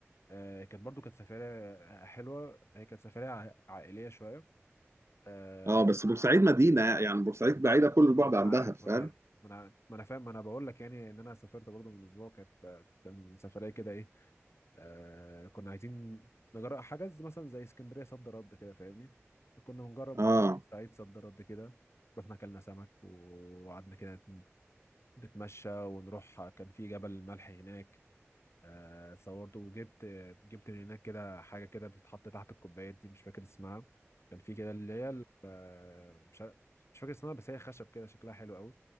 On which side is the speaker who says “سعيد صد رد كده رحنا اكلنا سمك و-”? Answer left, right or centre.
Left